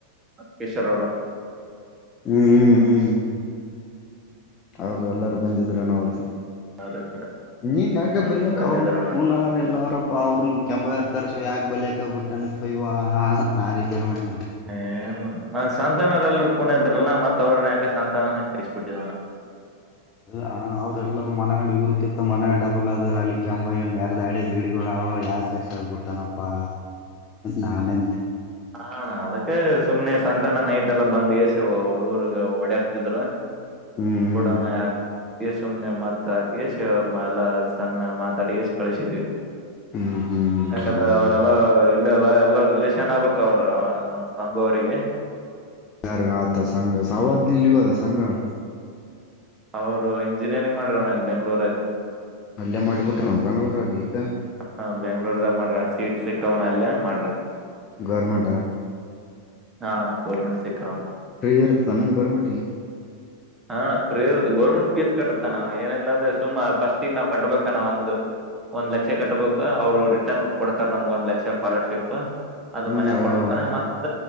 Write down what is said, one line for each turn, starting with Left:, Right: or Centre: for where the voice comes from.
Right: ಕೇಶಗೌಡ
Left: ಹ್ಮ್ ಹ್ಮ್ ಹ್ಮ್ ಅವರು ಎಲ್ಲಾರ ಬಂದಿದ್ರ ನ ಅವತಾ
Right: ಅವ್ರ
Left: ನೀನ್ ಯಾಕ
Right: ಹ್ಮ್
Left: ಬಲ್ಕ
Right: ಬಂದಿದಾರಣ
Left: ಅವ್ರ ಕೂನರ್ ಎಲ್ಲ ಆರ ಅವ್ರನ್ ಕೆಂಭಾಯರ ಕರ್ಸೋ ಯಾಕೆ ಬಲಕಬಿಟ್ಟಾನಪ್ಪ ಇವಾಂತ ನಾನು ವಿಚಾರ ಮಾಡಿದೆ ನೆಪ್ಪ
Right: ಹ <unintelligible> ಸಂತು ಅಣ್ಣಾರ್ ಎಲ್ರು ಕೂನ ಇದ್ರಲ ಮತ್ತತ್ ಅವ್ರನೇಕಾಸಾಂತ ಅಣ್ಣನ ಕಳಿಸಿಬಿಟ್ಟವಿ ಅಣ್ಣಾ
Left: ಹೌ ಅವ್ರೆಲ್ಲರರು ಮನಗಂಡ್ ಇವ್ರ ಕಿತ್ತ ಮನಗಂಡ ಡಬಲ್ ಅದಲ್ಲಿಅಲ್ಲಿ ಕೆಂಭಾವಿಗಾ ಮೇರ್ದಆದಿವು ಗಡಿಗಳುದವ ಯಾಕ ಕರ್ಸದ್ ಬಿಟ್ಟನಪ್ಪಾ ನಾನು
Right: <inaudible> ಸುಮ್ನೆ ಸಂತಣ್ಣ ನೈಟ್ ಎಲ್ಲ ಬಂದ್ ಎಷ್ಟ್ ಹುಡುಗರಿಗಿ ಹೊಡ್ಯಾಕ್ ಕತಿದ್ರು
Left: ಹ್ಮ್
Right: ಬುಡಾ ಣ್ಣ ಯ ಅ ಸುಮನೆ ಮತ್ತ ಅತಿ ಕೆಷ ಎಲ್ಲ ಸಣ್ಣ ಮಾತಾಡಿಗೆಷ ಕಳಿಸಿದ್ವಿ
Left: ಹ್ಮ್ ಹ್ಮ್
Right: ಯಾಕಂದ್ರೆ
Left: ಹೌದಾ
Right: ಅವರೆಲ್ಲ ಇಲ್ಲ ಅಲ್ಲ ಎಲ್ಲ ರಿಲೇೇಶನ್ ಆಗಬೇಕು ಅಕ್ಕ ಅವ್ರ ನಮ್ಮ ಸಂಗು ಅವರಿಗೆ
Left: ಾರ ಆತ ಸಂಗ ಸಾಮರ್ ಲಿವ್ಹಾದ ಸಂಗಣ್ಣ
Right: ಅವರು ಇಂಜಿನಿಯರಿಂಗ್ ಮಾಡಿರಣ್ಣ ಅಲ್ಲಿ ಬೆಂಗ್ಳೂರಲ್ಲಿ
Left: ಅಲ್ಲೇ ಮಾಡಿಬಿಟ್ಟರನ್ನು ಬೆಂಗಳೂರಾಗ್ ಈಗ
Right: ಹ ಬೆಂಗ್ಳೂರ್ದಾಗ ಮಾಡ್ರ ಸೀಟ್ ಸಿಕ್ಕವಣ್ಣ ಅಲ್ಲೇ ಮಾಡ್ರ್
Left: ಗೌರ್ಮೆಂಟ್ ಆ
Right: ಹಾಂ ಗೌರ್ಮೆಂಟ್ ಸೆಕ್ಕ ವಣ್ಣ
Left: ಪ್ರಿ ಇರ್ತಾನ ಗೌರ್ಮೆಂಟ್ ಗಿ
Right: ಹಾ ಅಣ್ಣಫ್ರೀ ಇರ್ತ ಗೌರ್ಮೆಂಟ್ ಫೀಸ್ ಕಟ್ಟತ್ತಣ್ಣ ನಾವ್ ಏನಿಲ್ಲ ಅಂದ್ರೆ ಸುಮ್ ಫಸ್ಟ್ ಗೆ ನಾವ್ ಕಟ್ಬೇಕಣ್ಣ ನಾವ್ ಒಂದು ಒಂದ್ ಲಕ್ಷ ಕಟ್ಬೇಕು ಅವ್ರು ರಿಟರ್ನ್ ಕೊಡ್ತಾರ ನಮ್ಗ್ ಒಂದ ಲಕ್ಷ ಸ್ಕಾಲರ್ಶಿಪ್ ಅದು
Left: ಹ್ಮ್
Right: ಮನ್ಯಾಗ
Left: ಅವನವ
Right: ಕೊಡ್ಬೇಕಣ ಮತ್ತ